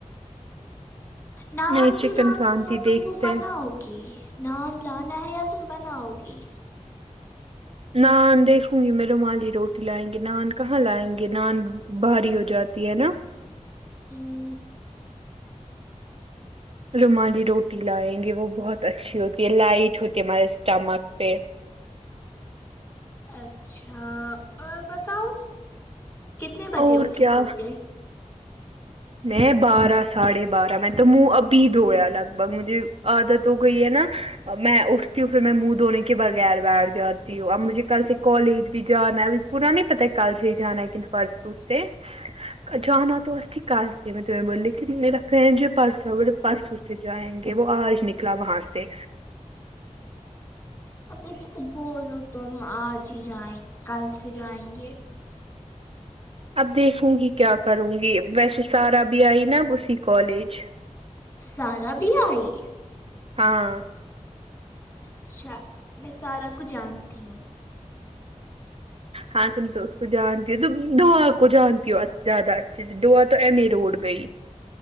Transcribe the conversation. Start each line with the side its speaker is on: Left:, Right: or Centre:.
Left: نان
Right: نہیں چکن
Left: بھی لانارا
Right: کانتی
Left: <unintelligible> تب
Right: دیکھتے
Left: پنا
Right: ہیں۔
Left: ہوگی نان لانا ہے یا تم بناؤ گی
Right: نان دیکھوں گی میں رومالی روٹی لائیں گے نان کہاں لائیں گے نان بھاری ہو جاتی ہے نا
Left: ہمم
Right: رومالی روٹی لائیں گے وہ بہت اچھی ہوتی ہے لائٹ ہوتی ہے ہمارے اسٹمک پہ
Left: اچھا اور بتاؤ کتنے بجے
Right: اور
Left: اٹھی
Right: کیا
Left: سو کے
Right: میں بارہ ساڑھے بارہ میں تو منہ ابھی دھویا لگ بھگ مجھے عادت ہو گئی ہے نا میں اٹھتی ہوں پھر میں منہ دھونے کے بغیر بیٹھ جاتی ہوں اب مجھے کل سے کالج بھی جانا ہے اب پورا نہیں پتا ہے کل سے ہی جانا ہے کے پرسوں سے جانا تو اھی <unintelligible> کار سے میں ت <unintelligible> بوللی لیکن میرا فنڈ ج پس ہو بس اسے جائیں گے وہ آج نکلا وہاں سے
Left: اب اس کو بولو تم آج ہی جائیں گے کل سے جائیں گے
Right: اب دیکھوں گی کیا کروں گی ویسے سارا بھی آئی نا اب اسی کالج
Left: سارا بھی آئی
Right: ہاں
Left: اچھا میں سارا کو جانتی ہوں
Right: ہاں تم تو اس کو جانتی ہو دعا کو جانتی ہو زیادہ اچھے سے دعا تو ایم اے روڈ گئی